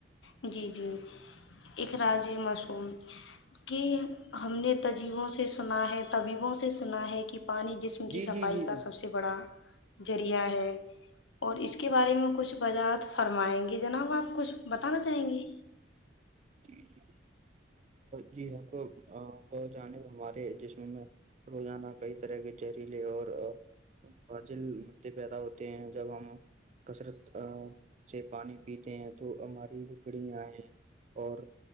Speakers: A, on the left; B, on the right.
A: جی جی اخراج مصوم کہ ہم نے تجیبوں سے سنا ہے طبیبوں سے سنا ہے کہ پانی جسم
B: جی
A: کی
B: جی
A: صفائی
B: جی
A: کا
B: جی
A: سب سے بڑا ذریعہ ہے اور اس کے بارے میں کچھ وجاعت فرمائیں گے جناب آپ کچھ بتانا چاہیں گے
B: جی جی جی حق بہت جانب ہمارے جس میں میں <unintelligible> روزانہ کئی طرح کے جہریلے اور فاجل مدعے پیدا ہوتے ہیں جب ہم کثرت ا سے پانی پیتے ہیں تو ہماری پکڑ آ اور